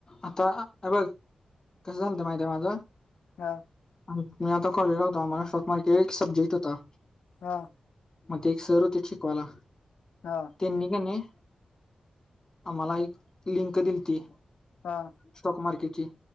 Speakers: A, on the left; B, on the left.
A: आता हे बघ कसं झालत माहिती माझं
B: हा
A: मी आता कॉलेजलाहताो <unintelligible> एक सब्जेक्ट होता
B: हा
A: मग ते एक सर होते शिकवाला
B: हा
A: तेनी किनी आम्हाला एक लिंक दिलती
B: हा
A: स्टॉक मार्केटची.